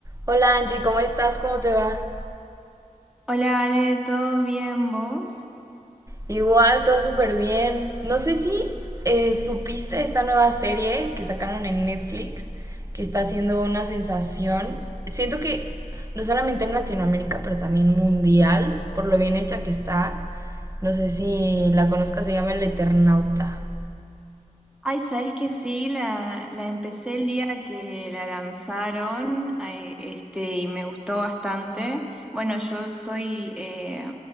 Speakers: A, on the right; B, in the centre.
A: Hola Angie, ¿cómo estás? ¿Cómo te va?
B: Hola Ale, ¿todo bien vos?
A: Igual, todo súper bien. No sé si eh, supiste esta nueva serie que sacaron en Netflix, que está haciendo una sensación. Siento que no solamente en Latinoamérica, pero también mundial, por lo bien hecha que está. No sé si la conozcas, se llama El Eternauta.
B: Ay, sabes que sí, la, la empecé el día que la lanzaron, ay, este, y me gustó bastante. Bueno, yo soy eh,